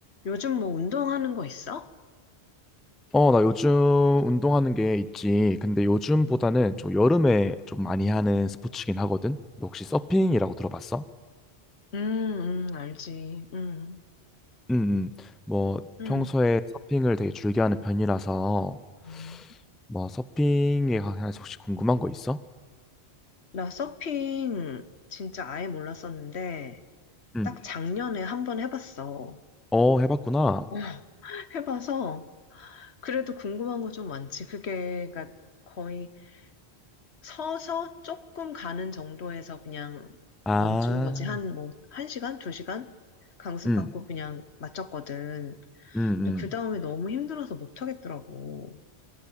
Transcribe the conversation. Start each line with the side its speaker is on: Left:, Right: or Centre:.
Left: 요즘 뭐 운동하는 거 있어?
Centre: 어, 나 요즘 운동하는 게 있지. 근데 요즘보다는 좀 여름에 좀 많이 하는 스포츠긴 하거든. 너 혹시 서핑이라고 들어봤어?
Left: 음, 음, 알지. 음,
Centre: 응, 응 뭐
Left: 음,
Centre: 평소에 서핑을 되게 즐겨 하는 편이라서
Left: 음.
Centre: 뭐 서핑에 관해서 혹시 궁금한 거 있어?
Left: 나 서핑 진짜 아예 몰랐었는데,
Centre: 응
Left: 딱 작년에 한번 해봤어.
Centre: 어, 해봤구나.
Left: 어, <laughs> 해봐서, 그래도 궁금한 거 좀 많지. 그게, 그러니까 거의 서서 조금 가는 정도에서 그냥
Centre: 아,
Left: 멈춘 거지. 한 뭐, 한 시간, 두 시간? 강습받고
Centre: 응
Left: 그냥 마쳤거든.
Centre: 음, 음.
Left: 근데 그 다음에 너무 힘들어서 못 하겠더라고.